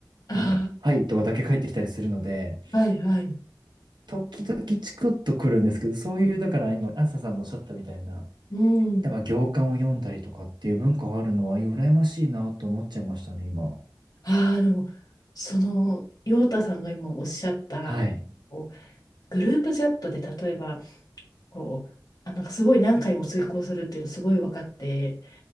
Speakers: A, on the left; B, on the right.
A: あ
B: なんか、はいとかだけ返ってきたりするので、
A: あ、はい、はい。
B: 時々チクッとくるんですけど、そういう、だから今、あずささんのおっしゃったみたいな、
A: うん。
B: 例えば行間を読んだりとかっていう文化があるのは、羨ましいなと思っちゃいましたね、今。
A: ああ、でも、その、陽太さんが今おっしゃった、
B: はい。
A: こうグループチャットで例えば、こう、あ、なんかすごい何回も遂行するっていうのすごい分かって、